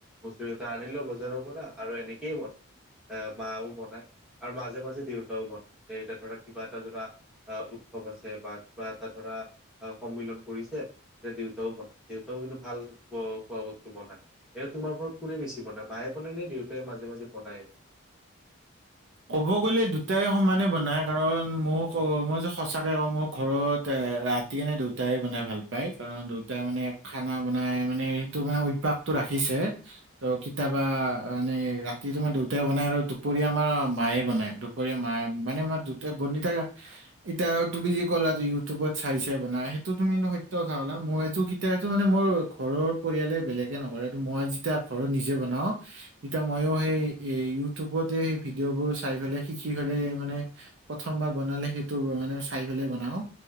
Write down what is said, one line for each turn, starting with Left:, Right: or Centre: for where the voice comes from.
Centre: বস্তু দুটা আনিলো বজাৰৰ পৰা আৰু এনেকেই বনাই, এ মাও বনাই। আৰু মাজে-মাজে দেউতাও বনাই, দেউতা ধৰা, কিবা এটা ধৰা আহ, উৎসৱ আছে বা কিবা এটা ধৰা, সন্মিলন কৰিছে যে দেউতাও বনাই, দেউতাও কিন্তু ভাল খোৱা বস্তু বনাই। তোমাৰ ঘৰত কোনে বেছি বনায়? মায়ে বনাই নে, দেউতাই মাজে-মাজে বনাই এইবোৰ?
Right: ক'ব গ'লে দুটাই সমানে বনায়, কাৰণ মোক মই যে সঁচাকৈ কওঁ মই ঘৰত ৰা তি <unintelligible> দেউতাই বনাই ভাল পায়, কাৰণ দেউতাই মানে খানা বনাই, মানে সেইটো মানে অভ্যাসটো ৰাখিছে ত, কেতিয়াবা মানে ৰাতি তোমাৰ দেউতা বনাই আৰু দুপৰীয়া আমাৰ মায়ে বনাই, দুপৰীয়া মায় মানে <unintelligible> এতিয়া তুমি যে ক'লা ইউটিউবত চাই-চাই বনাই, সেইটো তুমি সত্য কথা ক'লা, মইটো সেইটো মানে মোৰ ঘৰৰ পৰিয়ালে বেলেগে নকৰে, এইটো মই যেতিয়া ঘৰত নিজে বনাও তেতিয়া মই ও সেই এ ইউটিউবতে সেই ভিডিঅ'বোৰ চাই পেলাই, শিকি পেলাই মানে প্ৰথমবাৰ বনালে সেইটো মানে চাই পেলাই বনাও।